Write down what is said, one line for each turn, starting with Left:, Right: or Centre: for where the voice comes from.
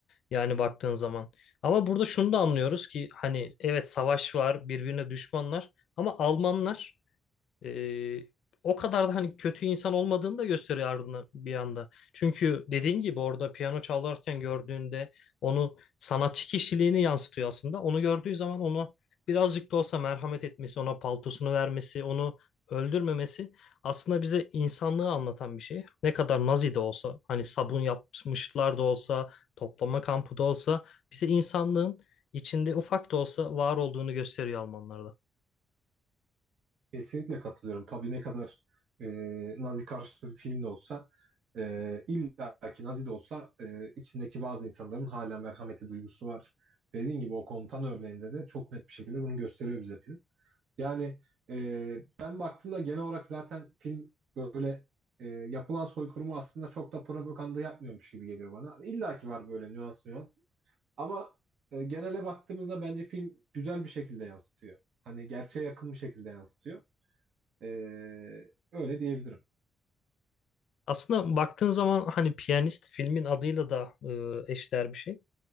Left: Yani baktığın zaman. Ama burada şunu da anlıyoruz ki hani evet savaş var, birbirine düşmanlar ama Almanlar ee, o kadar da hani kötü insan olmadığını da gösteriyor ardından bir anda. Çünkü dediğin gibi orada piyano çalarken gördüğünde onu sanatçı kişiliğini yansıtıyor aslında. Onu gördüğü zaman onu birazcık da olsa merhamet etmesi, ona paltosunu vermesi, onu öldürmemesi aslında bize insanlığı anlatan bir şey. Ne kadar Nazi de olsa, hani sabun yapmışlar da olsa, toplama kampı da olsa bize insanlığın içinde ufak da olsa var olduğunu gösteriyor Almanlarda.
Right: Kesinlikle katılıyorum. Tabii ne kadar e, Nazi karşıtı bir film de olsa e, illa ki Nazi de olsa e, içindeki bazı insanların hala merhameti duygusu var. Dediğin gibi o komutan örneğinde de çok net bir şekilde bunu gösteriyor bize film. Yani e, ben baktığımda genel olarak zaten film böyle e, yapılan soykırımı aslında çok da propaganda yapmıyormuş gibi geliyor bana. İlla ki var böyle nüans nüans. Ama e, genele baktığımızda bence film güzel bir şekilde yansıtıyor. Hani gerçeğe yakın bir şekilde yansıtıyor. E, öyle diyebilirim.
Left: Aslında baktığın zaman hani Piyanist filmin adıyla da e, eşdeğer bir şey.